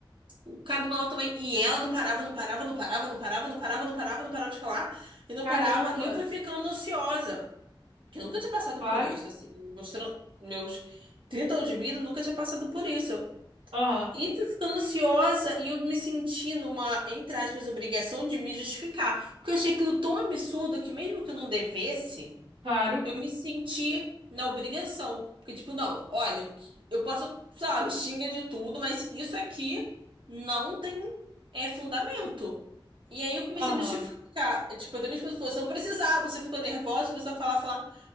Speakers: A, on the right; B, on the right.
A: O cara do meu lado também. E ela não parava, não parava, não parava, não parava, não parava, não parava, não parava de falar. E não
B: Caramba.
A: parava. E eu fui ficando ansiosa. Porque eu nunca tinha passado
B: Claro.
A: por isso, assim. Mostrando meus 30 anos de vida, eu nunca tinha passado por isso.
B: Aham.
A: E fui ficando ansiosa e eu me senti numa, entre aspas, obrigação de me justificar. Porque eu achei aquilo tão absurdo que mesmo que eu não devesse
B: Claro.
A: eu me senti na obrigação. Porque, tipo, não, olha, o que- eu posso, sei lá, me xinga de tudo, mas isso aqui não tem é, fundamento. E aí eu comecei
B: Aham.
A: a me justificar. É, Tipo, até minha esposa falou, você não precisava, você ficou nervosa, começou a falar, falar.